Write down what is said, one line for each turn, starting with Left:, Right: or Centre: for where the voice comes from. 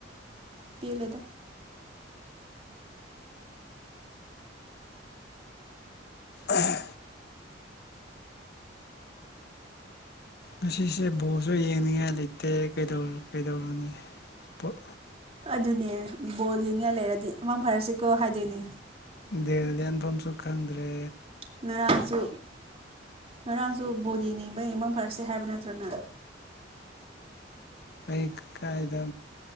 Right: ꯄꯦꯜꯂꯦꯗ
Left: ꯑ <inaudible> ꯉꯁꯤꯁꯦ ꯕꯣꯜꯁꯨ ꯌꯦꯡꯅꯤꯡꯉꯥꯏ ꯂꯩꯇꯦ ꯀꯩꯗꯧꯔꯥ ꯀꯩꯗꯧꯔꯨꯅꯤ ꯄꯣꯠ
Right: ꯑꯗꯨꯅꯦ ꯕꯣꯜ ꯌꯦꯡꯅꯤꯡꯉꯥꯏ ꯂꯩꯔꯗꯤ ꯃꯥꯡ ꯐꯔꯁꯤꯀꯣ ꯍꯥꯏꯗꯣꯏꯅꯦ
Left: ꯗꯤꯟ ꯂꯦꯟꯐꯝꯁꯨ ꯈꯪꯗ꯭ꯔꯦ
Right: ꯉꯔꯥꯡꯁꯨ ꯉꯔꯥꯡꯁꯨ ꯕꯣꯜ ꯌꯦꯡꯅꯤꯡꯕꯩ ꯃꯥꯡ ꯐꯔꯁꯦ ꯍꯥꯏꯕ ꯅꯠꯇ꯭ꯔꯣ ꯅꯪ
Left: ꯑꯩ ꯀꯥꯏꯗ